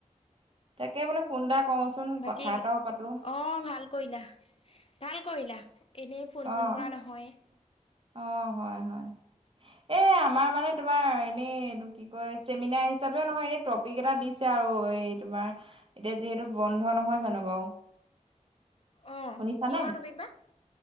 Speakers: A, on the right; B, on the left.
A: তাকে বোলো ফোন এটা কওঁচোন
B: বাকী
A: কথা এটাও পাতো।
B: অ ভাল কৰিলা, ভাল কৰিলা এনেই ফোন
A: অ'
B: - চোন কৰা নহয়?
A: অ হয় হয়, এ আমাৰ মানে তোমাৰ এনেই কি কয় চেমিনাৰ হিচাপেও নহয় এনে টপিক এটা দিছে আৰু এই তোমাৰ এতিয়া যিহেতু বন্ধ নহয় জানো বাৰু?
B: অ
A: শুনিছানে
B: কিহৰ টপিক বা?